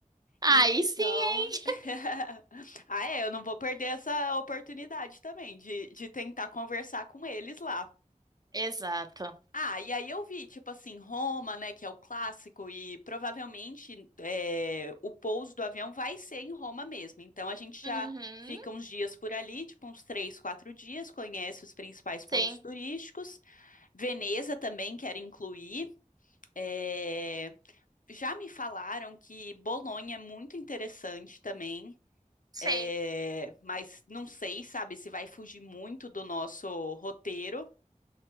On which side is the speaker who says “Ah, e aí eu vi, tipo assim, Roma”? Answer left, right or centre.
Left